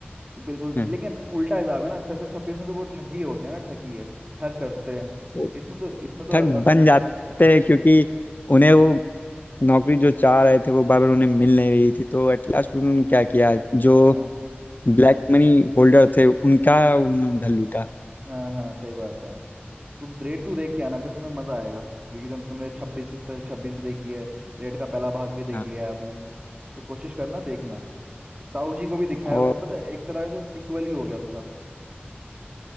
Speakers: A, on the right; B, on the left.
A: बिल्कुल
B: हाँ।
A: लेकिन उल्टा हिसाब है ना स्पेशल छब्बीस में तो वो ठगी होते हैं ना ठगी है ठग करते हैं
B: वो
A: इसमें तो इसमें तो
B: ठग
A: अ- असली
B: बन
A: हाँ
B: जाते हैं क्योंकि उन्हें
A: हाँ
B: वो नौकरी जो चाह रहे थे वो बार बार उन्हें मिल नहीं रही थी तो एट लास्ट उन्होंने क्या किया जो
A: हाँ
B: ब्लैक मनी होल्डर थे उनका उन्होंने उधर लूटा
A: हाँ हाँ सही बात है तुम रेड टू देख के आना फिर तुम्हें मजा आएगा क्योंकि तुम तुमने छब्बीस भी स्पेशल छब्बीस भी देखी है रेड का पहला भाग भी देख
B: हाँ
A: लिया है आपने तो कोशिश करना देखना ताऊ जी को भी दिखाया
B: और
A: है उसमें पता है एक तरह से सीक्वल ही हो गया उसका